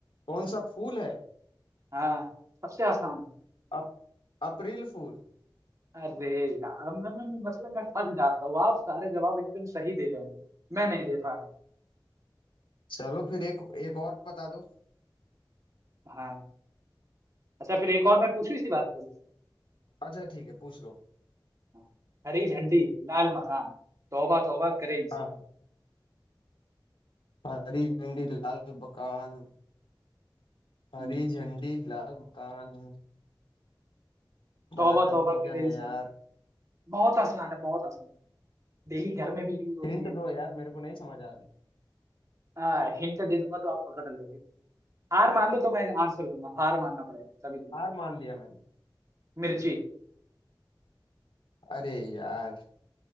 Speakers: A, on the left; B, on the right.
A: कौन सा फूल है
B: हाँ सबसे आसान है
A: अप, अप्रैल फूल
B: अरे यार मैं, मैं, मैं मतलब मैं फंस जाता हूँ आप सारे जवाब एकदम सही दे रहे हैं मैं नहीं दे पा रहा हूँ
A: चलो फिर एक एक और बता दो
B: हाँ, अच्छा फिर एक और मैं पूछूं इसी बात पे
A: अच्छा ठीक है पूछ लो
B: हाँ। हरी झंडी लाल मकान तौबा तौबा करे इंसान
A: हाँ हरी झंडी लाल मकान हरी
B: हम्म,
A: झंडी लाल मकान बड़ा
B: तौबा
A: कंफ्यूजन
B: तौबा करे
A: है
B: इंसान
A: यार
B: बहुत आसान है बहुत आसान है डेली घर में भी यूज होती
A: हिंट
B: है
A: दो यार मेरे को नहीं समझ आ रहा है
B: आ, हिंट दे दूंगा तो आप पकड़ लोगे हार मान लो तो मैं आंसर दूंगा हार मानना पड़ेगा तभी दूंगा
A: हार मान लिया मैंने
B: मिर्ची
A: अरे यार